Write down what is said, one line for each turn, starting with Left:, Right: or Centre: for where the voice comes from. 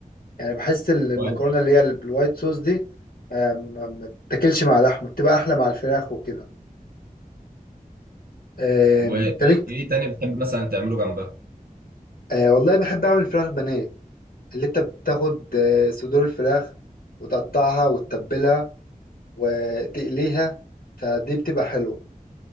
Left: يعني بحس ال- المكرونة
Right: كويس
Left: اللي هي بالوايت صوص دي آم، ما بتاكلش مع لحمة بتبقى أحلى مع الفراخ وكده آم،
Right: وايه
Left: تالت
Right: إيه إيه تاني بتحب مثلا تعمله جنبها؟
Left: آه، والله بحب أعمل فراخ بانيه اللي أنت بتاخد آه، صدور الفراخ وتقطعها وتتبلها وتقليها فدي بتبقى حلوة